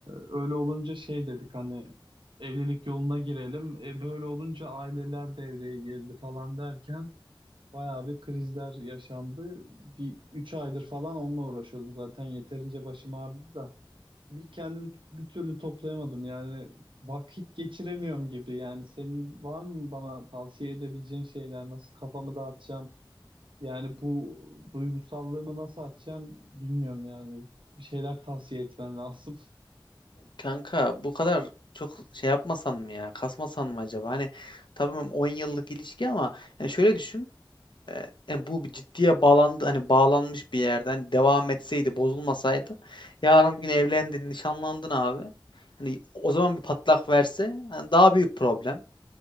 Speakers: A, on the right (about 70°); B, on the left (about 65°).
A: öyle olunca şey dedik hani evlilik yoluna girelim. E, böyle olunca aileler devreye girdi falan derken Bayağı bir krizler yaşandı. Bir 3 aydır falan onunla uğraşıyordum zaten. Yeterince başım ağrıdı da. Bir kendimi t- bir türlü toplayamadım. Yani vakit geçiremiyorum gibi. Yani senin var mı bana tavsiye edebileceğin şeyler? Nasıl kafamı dağıtacağım? Yani bu duygusallığımı nasıl atacağım bilmiyorum yani. Bir şeyler tavsiye etmen lazım.
B: Kanka bu kadar çok şey yapmasan mı ya? Kasmasan mı acaba? Hani tamam 10 yıllık ilişki ama hani şöyle düşün. e, e, bu bir ciddiye bağlandı hani bağlanmış bir yerden hani devam etseydi, bozulmasaydı yarın bir gün evlendin, nişanlandın abi. Hani o zaman bir patlak verse hani daha büyük problem.